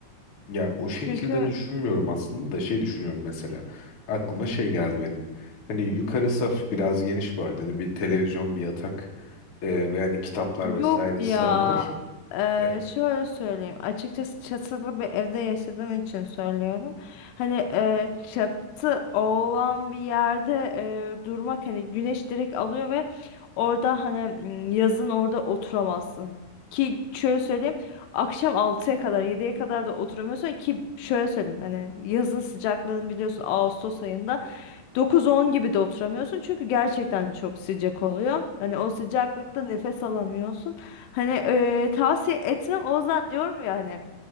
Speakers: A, on the left; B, on the left.
A: Ya o şekilde
B: Çünkü
A: düşünmüyorum aslında da şey düşünüyorum mesela. Aklıma şey geldi benim. Hani yukarı saf biraz geniş bu arada. Hani bir televizyon, bir yatak e, ve hani kitaplar
B: Yok
A: vesaire
B: ya.
A: sığabilir.
B: Eee,
A: E,
B: şöyle söyleyeyim. Açıkçası çatılı bir evde yaşadığım için söylüyorum. Hani eee, çatı olan bir yerde eee, durmak hani güneş direkt alıyor ve orada hani m, yazın orada oturamazsın. Ki şöyle söyleyeyim. Akşam altıya kadar yediye kadar da oturamıyorsun ki şöyle söyleyeyim hani yazın sıcaklığını biliyorsun Ağustos ayında 9-10 gibi de oturamıyorsun çünkü gerçekten çok sıcak oluyor. Hani o sıcaklıkta nefes alamıyorsun. Hani eee, tavsiye etmem. O yüzden diyorum ya hani